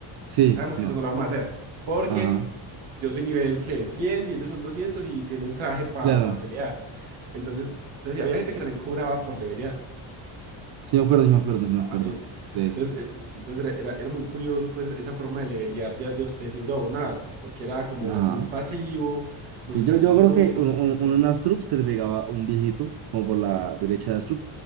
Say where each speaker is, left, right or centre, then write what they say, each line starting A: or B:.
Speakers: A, on the right; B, on the right.
A: sí,
B: Sabemos
A: no.
B: que eso no lo vamos a hacer, porque
A: Ajá.
B: yo soy nivel que 100 y ellos son 200 y tienen traje para
A: Claro.
B: pelear. Entonces, entonces, sí, había gente que también cobraba por levelear
A: Sí me acuerdo, sí me acuerdo, sí me acuerdo
B: en- eh,
A: de eso.
B: Entonces, eh, entonces era, era, era muy curioso pues esa forma de levelear ya, ya usted siendo abonado, porque era como
A: Ajá.
B: full pasivo,
A: Sí,
B: buscando
A: yo, yo
B: grupos,
A: creo que un, un,
B: etcétera.
A: un en Astrup se le pegaba un viejito, como por la derecha de Astrup.